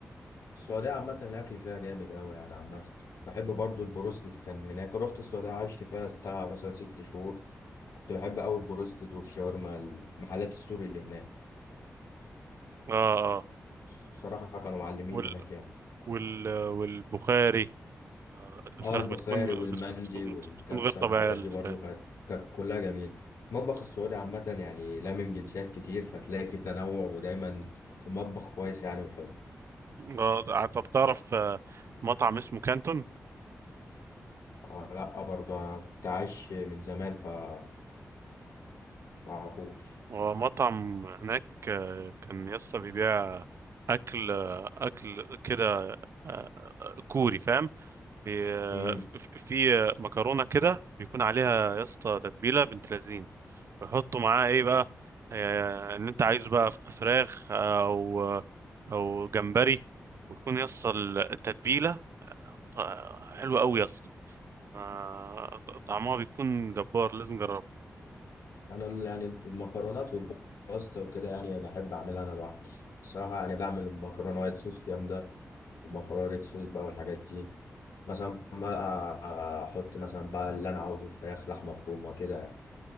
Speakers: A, on the left (about 80°); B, on the right (about 55°).
A: السعودية عامة الأكل فيها جامد أوي يعني عامة بحب برضو البروستد كان هناك رحت السعودية عشت فيها بتاع مثلا ست شهور كنت بحب أوي البروستد والشاورما المحلات السوري اللي هناك
B: اه اه
A: الصراحة كانوا معلمين
B: وال
A: هناك يعني
B: وال والبخاري الفراخ
A: اه البخاري
B: بتكون
A: والمندي
B: بتكون
A: والكبسة
B: بتكون غير طبيعيه
A: والحاجات
B: الفراخ
A: دي برضو كانت كانت كلها جميلة المطبخ السعودي عامة يعني لامم جنسيات كتير فتلاقي فيه تنوع ودايما المطبخ كويس يعني وحلو
B: آه، آه، طب تعرف آه، مطعم اسمه كانتون
A: آه لا برضه انا كنت عايش من زمان فما اعرفوش
B: ومطعم هناك آه، كان يسطا بيبيع أكل آه، أكل كده آه، آه، كوري فاهم بي- آه،
A: امم
B: في في، آه، مكرونة كده بيكون عليها يسطا تتبيلة بنت لذين بيحطوا معاها إيه بقى آه، اللي أنت عايزه بقى فراخ أو أو جمبري ويكون يسطا التتبيلة آه، حلوة أوي يسطا آه، طعمها بيكون جبار لازم جربه
A: انا ال- يعني المكرونات والباستا وكده يعني بحب اعملها انا لوحدي الصراحه يعني بعمل مكرونه وايت صوص جامده ومكرونه ريد صوص بقى والحاجات دي مثلا بقى احط مثلا بقى اللي انا عاوزه فراخ لحمه مفرومه كده يعني.